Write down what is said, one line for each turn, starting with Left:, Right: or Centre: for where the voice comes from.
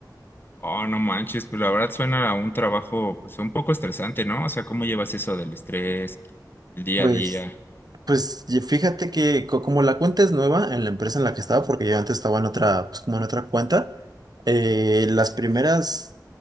Left: Oh, no manches, pues la verdad suena a un trabajo pues un poco estresante, ¿no? O sea, ¿cómo llevas eso del estrés, el día
Right: Pues.
Left: a día?
Right: Pues y fíjate que co- como la cuenta es nueva en la empresa en la que estaba, porque yo antes estaba en otra, pues como en otra cuenta, eh, las primeras,